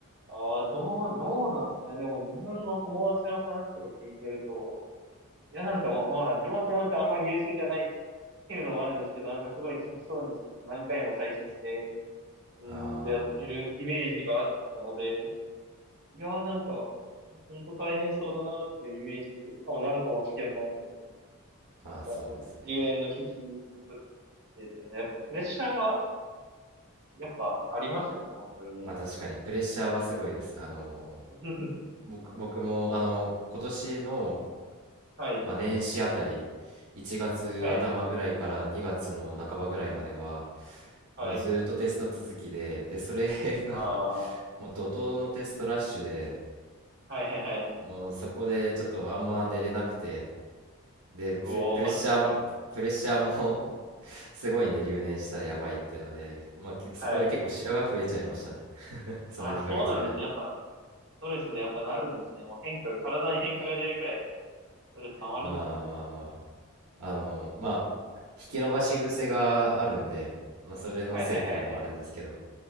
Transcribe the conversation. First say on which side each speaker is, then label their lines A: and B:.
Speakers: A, on the right; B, on the right.
A: ああ、どう、どうなんですかね。でも自分の友達の話とか聞いてると、いや、なんかま、まあ、自分の友達はあんまり優秀じゃないっていうのもあるんですけど、なんかすごいきつそうにしてて、何回も再試して、うん、
B: ああ、
A: でやってるイメージがあったので、いやー、なんか、本当大変そうだなっていうイメージで、しかも何個も試験もあって、
B: まあ、
A: なんか、
B: そうですね。
A: 留年の危機ずっとえっとね、やっぱプレッシャーは、やっぱありますよね、本当にね。
B: まあ、確かにプレッシャーはすごいです。あの、
A: <laughs>
B: 僕、僕も、あの、今年の
A: はい、
B: まあ、年始あたり、1月頭ぐらいから2月の半ばぐらいまでは、
A: はい、はい。
B: もうずーっとテスト続きで、で、それが
A: ああ、
B: <laughs> もう怒涛のテストラッシュで、
A: はいはいはい。
B: もうそこでちょっとあんま寝れなくて、で、プレ、
A: うおー、
B: プレッシャーも、
A: マジですか。
B: プレッシャーも <laughs> すごいんで、留年したらやばいっていうので、まあ、結そこで結構白髪増えちゃいましたね。
A: はい。
B: <laughs> その2ヶ月くらい。
A: あ、そうなんですね。やっぱ、ストレスでやっぱなるんですね。もう変化体に変化が出るくらい、ストレス溜まるんですね。
B: まあまあまあ。あの、まあ、引き伸ばし癖があるんで、まあ、それのせいってのもあるんですけど、
A: はいはいはいはいはい。